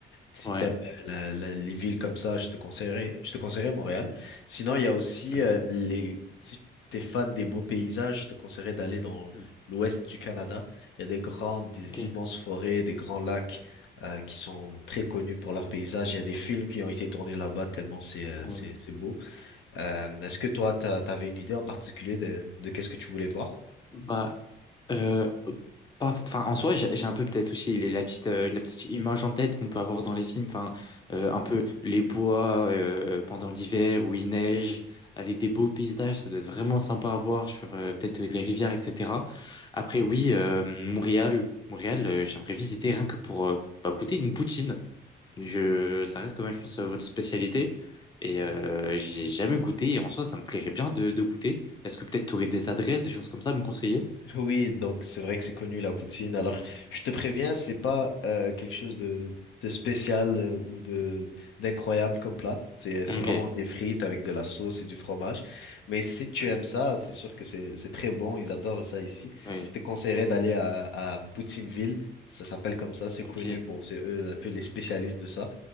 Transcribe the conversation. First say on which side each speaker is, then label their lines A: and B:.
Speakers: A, on the left; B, on the left.
A: si
B: Ouais.
A: t'aimes euh, la- la- les villes comme ça, je te conseillerais, je te conseillerais Montréal. Sinon, il y a aussi
B: Mm.
A: euh, les, si t'es fan des beaux paysages, je te conseillerais d'aller dans
B: Mm.
A: l'ouest du Canada. Il y a des grandes, des
B: Ok.
A: immenses forêts, des grands lacs euh, qui sont très connus pour leurs paysages. Il y a des films qui ont été tournés là-bas tellement c'est euh,
B: Mm.
A: c'est c'est beau. Euh, est-ce que toi, t'as, t'avais une idée en particulier de, de qu'est-ce que tu voulais voir?
B: Bah, Euh, pas, enfin, en soi, j'ai j'ai un peu peut-être aussi les- la petite, euh, la petite image en tête qu'on peut avoir dans les films, enfin, euh, un peu les bois euh, pendant l'hiver où il neige, avec des beaux paysages, ça doit être vraiment sympa à voir sur euh, peut-être euh, les rivières, etc. Après, oui, euh, Montréal, Montréal, euh, j'aimerais visiter rien que pour euh, bah, goûter une poutine. Je, ça reste quand même, je pense, euh, votre spécialité. Et euh, j'ai jamais goûté, et en soi, ça me plairait bien de, de goûter. Est-ce que peut-être tu aurais des adresses, des choses comme ça à me conseiller?
A: Oui, donc c'est vrai que c'est connu la poutine. Alors,
B: Hmm.
A: je te préviens, c'est pas euh, quelque chose de, de spécial euh, ou de d'incroyable comme plat. C'est c'est
B: Ok.
A: vraiment des frites avec de la sauce et du fromage. Mais si tu
B: Mm.
A: aimes ça, c'est sûr que c'est c'est très bon. Ils adorent ça ici.
B: Oui.
A: Je te conseillerais d'aller à, à Poutineville. Ça s'appelle comme ça. C'est
B: Ok.
A: connu pour c'est eux un peu les spécialistes de ça.